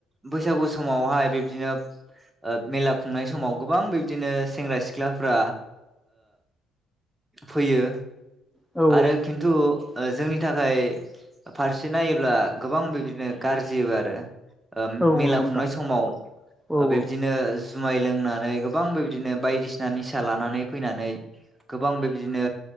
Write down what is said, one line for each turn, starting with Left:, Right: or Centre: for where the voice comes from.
Right: बैसागु समावहाय बिदिनो मेला खुंनाय समाव गोबां बिब्दिनो सेंग्रा सिख्लाफ्रा फैयो।
Centre: औ
Right: आरो खिन्थु ओ जोंनि थाखाय फारसे नायोब्ला गोबां बिदिनो गाज्रि आरो ओ
Centre: औ
Right: मेला
Centre: औ नंगौ
Right: खुंनाय
Centre: नोंथां
Right: समाव
Centre: औ
Right: ओ बेदिनो
Centre: औ
Right: जुमाय लोंनानै गोबां बेब्दिनो बायदिसिना निसा लानानै फैनानै गोबां बेबदिनो